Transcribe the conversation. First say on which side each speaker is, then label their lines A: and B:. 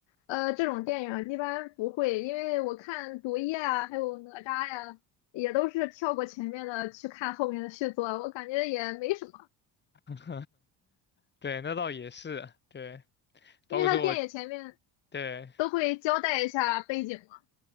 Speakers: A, on the left; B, on the left.
A: 呃，这种电影一般不会，因为我看《毒液》啊，还有《哪吒》呀，也都是跳过前面的去看后面的续作，我感觉也没什么，
B: <laughs> 对，那倒也是，对，
A: 因为它电影前面
B: 包括说我对，
A: 都会交代一下背景嘛。